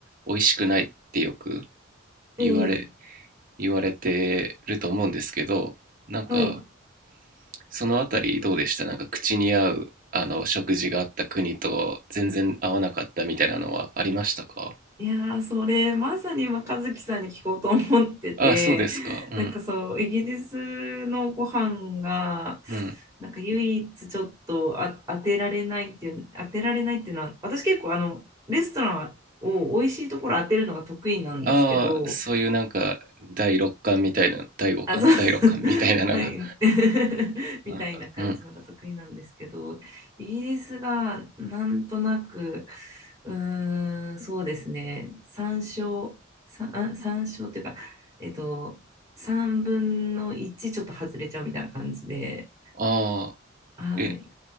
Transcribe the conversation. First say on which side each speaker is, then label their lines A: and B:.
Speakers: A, on the right; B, on the right.
A: 美味しくないってよく
B: ええ
A: 言われ言われてると思うんですけどなんか
B: はい。
A: そのあたりどうでしたなんか口に合うあの食事があった国と全然合わなかったみたいなのはありましたか
B: いやーそれまさに今和樹さんに聞こうと思ってて
A: ああ、そうですか。
B: <laughs>
A: うん。
B: なんかそうイギリスのご飯が
A: うん。
B: なんか唯一ちょっとあ当てられないっていう当てられないっていうのは私結構あのレストランを美味しいところ当てるのが得意なんですけど
A: ああ、そういうなんか第六感みたいな、第五感第六感みたいなのが。
B: あ、そう、<laughs> はい、<laughs> みたいな感じのが得意なんですけど、
A: あうん。
B: イギリスがなんとなく、うーん、そうですね、参照、さあ参照っていうか、えっと、3分の1ちちょっと外れちゃうみたいな感じで、
A: ああ、
B: はい。
A: え、